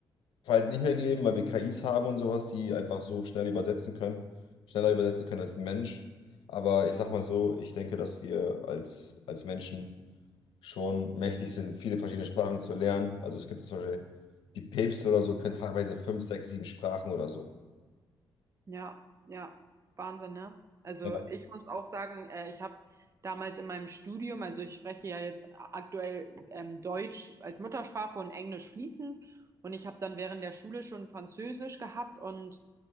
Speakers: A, on the left (about 80°); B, on the right (about 35°).
A: halt nicht mehr geben, weil wir KIs haben und sowas, die einfach so schnell übersetzen können, schneller übersetzen können als ein Mensch. Aber ich sag mal so, ich denke, dass wir als, als Menschen schon mächtig sind, viele verschiedene Sprachen zu lernen. Also es gibt zum Beispiel die Päpste oder so, können teilweise fünf, sechs, sieben Sprachen oder so.
B: ja, ja, Wahnsinn, ne? Also
A: Ja.
B: ich muss auch sagen, äh, ich habe damals in meinem Studium, also ich spreche ja jetzt aktuell ähm, Deutsch als Muttersprache und Englisch fließend und ich habe dann während der Schule schon Französisch gehabt und